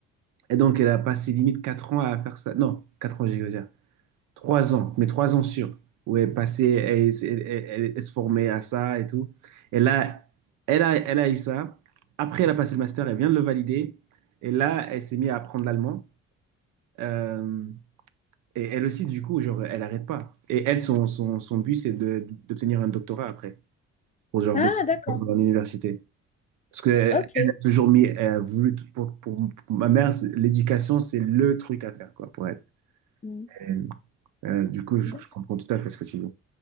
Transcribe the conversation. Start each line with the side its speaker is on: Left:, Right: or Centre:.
Right: Et donc, elle a passé limite 4 ans à faire ça. Non, 4 ans, j'exagère. trois ans, mais 3 ans sûrs, où elle passait, elle, elle- elle- elle se formait à ça et tout. Et là, elle a, elle a eu ça. Après, elle a passé le master, elle vient de le valider. Et là, elle s'est mise à apprendre l'allemand. Euh, et elle aussi, du coup, genre, elle n'arrête pas. Et elle, son, son, son but, c'est de- d'obtenir un doctorat après, pour genre
Left: Ah,
Right: de,
Left: d'accord.
Right: dans l'université. Parce qu'elle
Left: Ok.
Right: a toujours mis, elle a voulu, pour, pour, pour ma mère, c'est- l'éducation, c'est le truc à faire, quoi, pour elle.
Left: Hmm.
Right: Euh, euh, du coup, je,
Left: D'ac-
Right: je comprends tout à fait ce que tu dis.